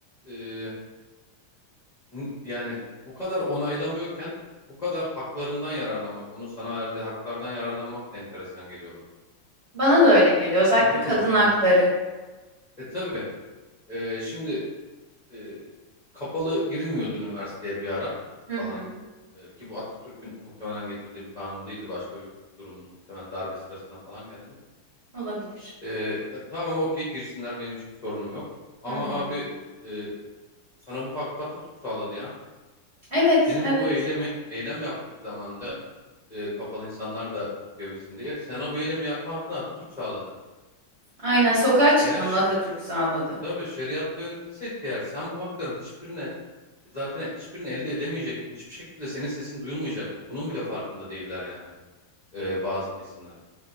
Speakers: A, on the left (about 40°); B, on the right (about 45°).
A: e, n- yani bu kadar onaylamıyorken bu kadar haklarından yararlanmak, onun sana verdiği haklardan yararlanmak da enteresan geliyor bana.
B: Bana da öyle geliyor. Özellikle
A: Anladın
B: kadın
A: mı? Hani
B: hakları.
A: e tabii e, şimdi e, kapalı girilmiyordu üniversiteye bir ara
B: Hı
A: falan.
B: hı.
A: E, ki bu Atatürk'ün muhtemelen getirdiği bir kanun değildi. Başka bir durumdu. Muhtemelen darbe sırasında falan geldi.
B: Olabilir.
A: Ee, tamam okey girsinler benim hiçbir sorunum yok. Ama
B: Hı hı.
A: abi e, sana bu hakkı Atatürk sağladı ya.
B: Evet,
A: Senin
B: evet.
A: bu eylemi eylem yaptık zamanda e, kapalı insanlar da okuyabilsin diye. Sana bu eylemi yapma hakkını Atatürk sağladı.
B: Aynen sokağa çıkmanı
A: Eğer ş-
B: Atatürk sağladı.
A: tabii şeriatla yönetilseydik eğer sen bu hakların hiçbirine zaten hiçbirini elde edemeyecektin. Hiçbir şekilde senin sesin duyulmayacaktı. Bunun bile farkında değiller yani e, bazı kesimler.